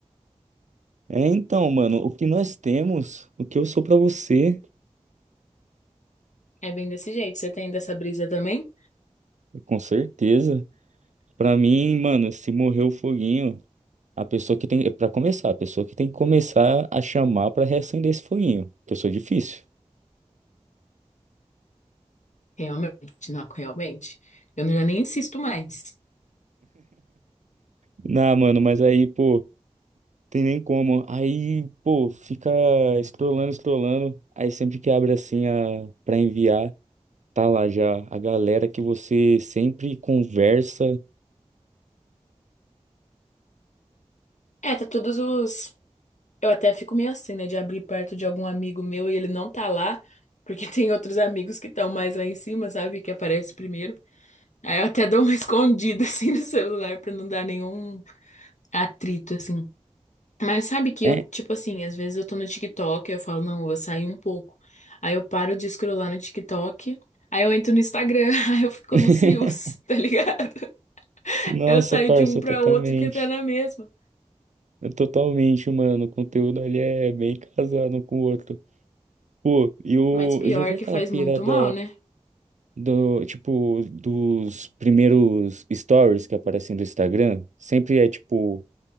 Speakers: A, on the right; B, on the left.
A: É, então, mano, o que nós temos, o que eu sou pra você,
B: É bem desse jeito. Você tem dessa brisa também?
A: com certeza. Pra mim, mano, se morrer o foguinho, a pessoa que tem, é pra começar, a pessoa que tem que começar a chamar pra reacender esse foguinho, que eu sou difícil.
B: Realmente, não, realmente. Eu não- já nem insisto mais.
A: Não, mano, mas aí, pô. Tem nem como. Aí, pô, fica scrollando, scrollando. Aí sempre que abre assim a para enviar, tá lá já a galera que você sempre conversa.
B: É, tá todos os. Eu até fico meio assim, né, de abrir perto de algum amigo meu e ele não tá lá, porque <laughs> tem outros amigos que estão mais lá em cima, sabe, que aparece primeiro. Aí eu até dou uma <laughs> escondida assim no celular pra não dar nenhum atrito assim. Mas sabe que
A: É.
B: eu, tipo assim, às vezes eu tô no TikTok, eu falo, não, eu vou sair um pouco. Aí eu paro de scrollar no TikTok, aí eu entro no Instagram, <laughs> aí eu fico
A: <laughs>
B: nos rios, <laughs> tá ligado?
A: Nossa,
B: Eu saio
A: parça,
B: de um pra
A: totalmente.
B: outro que tá na mesma.
A: É Totalmente, mano. O conteúdo ali é bem casado um com o outro. Pô, e o
B: Mas pior
A: já vi aquela
B: que faz
A: pirada
B: muito mal, né?
A: do, tipo, dos primeiros stories que aparecem do Instagram? Sempre é tipo,